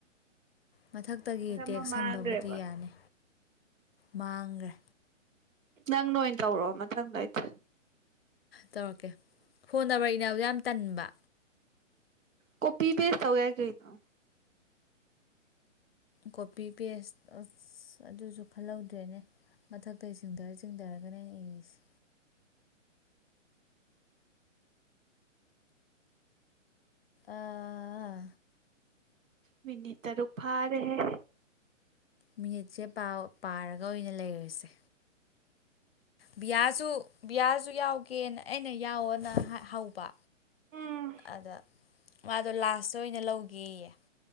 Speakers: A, on the left; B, on the right.
A: ꯃꯊꯛꯇꯒꯤ ꯇꯦꯛꯁ
B: ꯑꯃ ꯃꯥꯡꯒ꯭ꯔꯦꯕ
A: ꯍꯟꯕꯕꯨꯗꯤ ꯌꯥꯅꯤ ꯃꯥꯡꯒꯔ꯭ꯦ
B: ꯅꯪꯅ ꯑꯣꯏ ꯇꯧꯔꯣ ꯃꯊꯪꯗꯩꯗꯤ
A: ꯇꯧꯔꯛꯀꯦ ꯐꯣꯟ ꯅꯝꯕꯔ ꯏꯅꯕꯗꯣ ꯌꯥꯝ ꯇꯟꯕ
B: ꯀꯣꯄꯤ ꯄꯦꯁ ꯇꯧ ꯌꯥꯏ ꯀꯩꯅꯣ
A: ꯀꯣꯄꯤ ꯄꯦꯁ ꯑꯁ ꯑꯗꯨꯁꯨ ꯈꯜꯍꯧꯗ꯭ꯔꯦꯅꯦ ꯃꯊꯛꯇꯩ ꯆꯤꯡꯗꯔ ꯆꯤꯡꯗꯔꯒꯅꯦ ꯑꯩꯅ ꯏꯁꯦ ꯑꯥ
B: ꯃꯤꯅꯤꯠ ꯇꯔꯨꯛ ꯐꯥꯔꯦꯍꯦ
A: ꯃꯤꯅꯤꯠꯁꯦ ꯄꯥꯔꯒ ꯑꯣꯏꯅ ꯂꯩꯔꯁꯦ ꯕꯤꯌꯥꯁꯨ ꯕꯤꯌꯥꯁꯨ ꯌꯥꯎꯒꯦꯅ ꯑꯩꯅ ꯌꯥꯎꯑꯣꯅ ꯍꯧꯕ
B: ꯎꯝ
A: ꯑꯗ ꯃꯥꯗꯣ ꯂꯥꯁꯇ ꯑꯣꯏꯅ ꯂꯧꯒꯦꯌꯦ